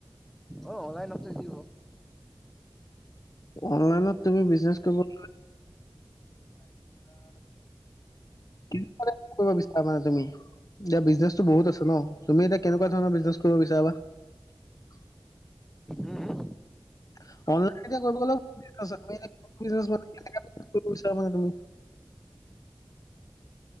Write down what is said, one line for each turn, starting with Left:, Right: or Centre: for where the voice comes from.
Centre: অ অনলাইন যিব।
Left: অনলাইনত তুমি বিজনেছ কৰিব ধ কৰিব বিচাৰা মানে তুমি। এতিয়া বিজনে টো বহুত আছে ন তুমি এতিয়া কেনেকুৱা ধৰণৰ বিজনেছ কৰিব বিচাৰা বা <unintelligible>
Centre: উম,
Left: <unintelligible> কেনেকুৱা বিচৰা আক তুমি <unintelligible>